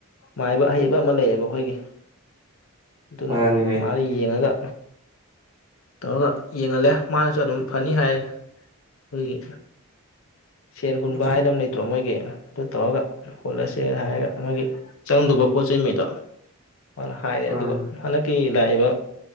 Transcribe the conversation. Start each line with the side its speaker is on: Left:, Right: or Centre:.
Left: ꯃꯥꯏꯕ ꯑꯍꯩꯕ ꯑꯃ ꯂꯩꯑꯦꯕ ꯑꯩꯈꯣꯏꯒꯤ ꯑꯗꯨꯅ
Right: ꯃꯥꯅꯤꯅꯦ
Left: ꯃꯥꯗ ꯌꯦꯡꯉꯒ ꯇꯧꯔꯒ ꯌꯦꯡꯍꯜꯂꯦ ꯃꯥꯅꯁꯨ ꯑꯗꯨꯝ ꯐꯅꯤ ꯍꯥꯏ ꯑꯩꯈꯣꯏꯒꯤ ꯁꯦꯟ ꯍꯨꯟꯕ
Right: ꯎꯝ
Left: ꯍꯥꯏꯗ ꯑꯃ ꯂꯩꯇ꯭ꯔꯣ ꯃꯣꯏꯒꯤ ꯑꯗꯨ ꯇꯧꯔꯒ ꯍꯣꯠꯂꯁꯦꯅ ꯍꯥꯏꯔꯒ ꯃꯥꯒꯤ ꯆꯪꯗꯕ ꯄꯣꯠ ꯆꯩꯉꯩꯗꯣ ꯃꯥꯅ ꯍꯥꯏꯔꯦ
Right: ꯎꯝ
Left: ꯑꯗꯨꯒ ꯍꯟꯗꯛꯀꯤ ꯏꯕ